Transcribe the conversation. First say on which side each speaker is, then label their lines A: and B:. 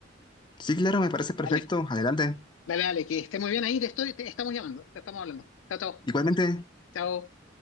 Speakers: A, on the left (about 25°); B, on the left (about 85°).
A: sí, claro, me parece perfecto.
B: Dale,
A: Adelante.
B: dale, dale, que esté muy bien ahí, te estoy, te estamos llamando, te estamos hablando. Chao, chao.
A: Igualmente.
B: Chao.